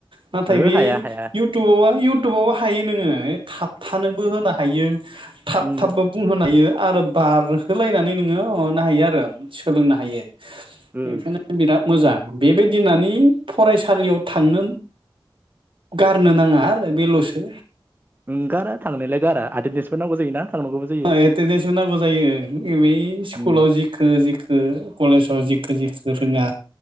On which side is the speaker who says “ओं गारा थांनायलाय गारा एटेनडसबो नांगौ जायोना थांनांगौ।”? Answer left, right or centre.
Right